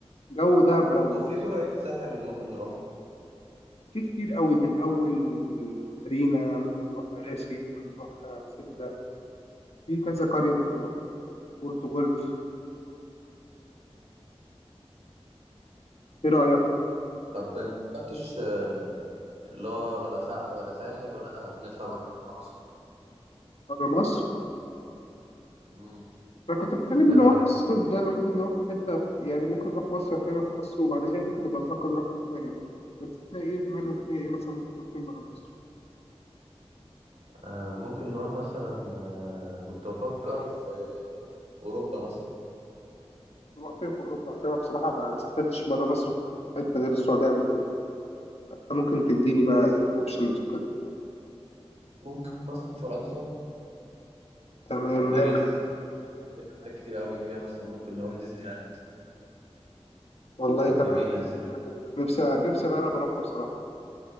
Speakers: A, on the left; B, on the right.
A: جو دهب جو
B: هو في كرة ايه في الساحل ممكن نروح
A: في كتير قوي من أول مارينا ممكن نروح مراسي ممكن نروح آه، سيدة في كذا قرية ممكن نروح بورتو جولف ايه رأيك
B: طب ما فكرتش آه، اللي هو ولا سا... ولا ساحل ولا دهب نطلع بره مصر
A: بره مصر؟
B: امم
A: انا كنت بتكلم
B: ايه
A: اللي
B: رأيك
A: هو في الصيف ده ممكن نروح حتة في- يعني ممكن نروح مصر هنا في مصر وبعد كده ممكن نبقى نفكر نروح حتة تانية بس انت ايه دماغك فيها ايه مثلا ممكن نروح فين بره مصر؟
B: آه، ممكن نروح مثلا آه، كنت بفكر في أوروبا مثلا
A: نروح فين في اوروبا؟ عشان انا بصراحة ما سافرتش بره مصر في حتة غير السعودية قبل كده انت ممكن تديني بقى اوبشنز وكده
B: ممكن مثلا فرنسا
A: تمام
B: باريس
A: تمام.
B: حاجات كتير قوي فيها مثلا ممكن نروح ديزني لاند
A: والله
B: جميلة
A: تمام
B: ديزني لاند
A: نفسي نفسي اجرب اروحها بصراحة